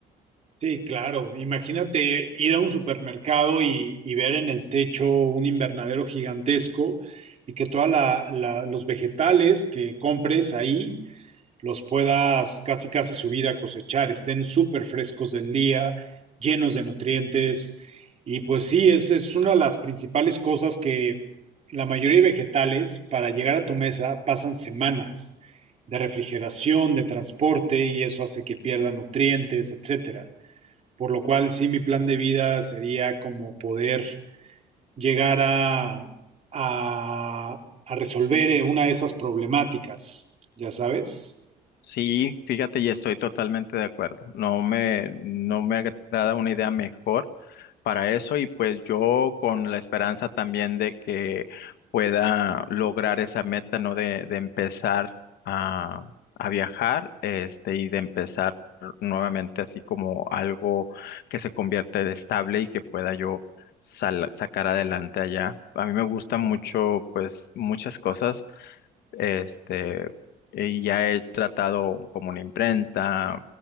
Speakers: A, on the right (about 40°); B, on the left (about 70°).
A: Sí, claro. Imagínate ir a un supermercado y, y ver en el techo un invernadero gigantesco y que todos los vegetales que compres ahí los puedas casi casi subir a cosechar, estén súper frescos del día, llenos de nutrientes. Y pues sí, es, es una de las principales cosas que la mayoría de vegetales para llegar a tu mesa pasan semanas de refrigeración, de transporte y eso hace que pierda nutrientes, etcétera. Por lo cual sí, mi plan de vida sería como poder llegar a, a, a resolver eh, una de esas problemáticas, ya sabes.
B: Sí, fíjate, y estoy totalmente de acuerdo. No me, no me agrada una idea mejor para eso y pues yo con la esperanza también de que pueda lograr esa meta, ¿no? De, de empezar a, a viajar, este, y de empezar nuevamente así como algo que se convierta en estable y que pueda yo sal- sacar adelante allá. A mí me gusta mucho, pues, muchas cosas. Este, y ya he tratado como una imprenta,